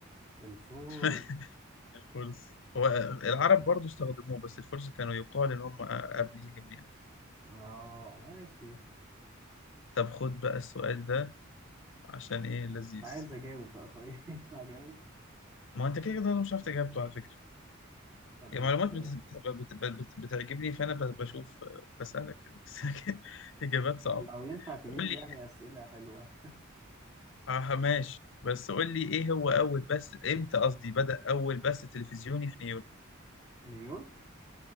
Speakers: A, on the right; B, on the left.
A: الفور
B: <laughs> الفرس هو العرب برضو استخدموه بس الفرس كانوا يقال ان هم قبليهم يعني
A: اه ماشي
B: طب خد بقى السؤال ده عشان ايه لذيذ
A: عايز اجاوب بقى طيب <laughs> ينفع اجاوب
B: ما هو انت كده كده مش عارف اجابته على فكرة
A: طب ما
B: هي معلومات
A: انت
B: بت- بت- بت- بت- بتعجبني فانا ب- بشوف بسألك كده بس <laughs> لكن اجابات صعبه
A: لو ينفع تجيب
B: قول لي
A: لي يعني اسئله حلوه
B: اه ماشي بس قول لي ايه هو اول بث امتى قصدي بدأ اول بث تلفزيوني في نيويورك
A: نيويورك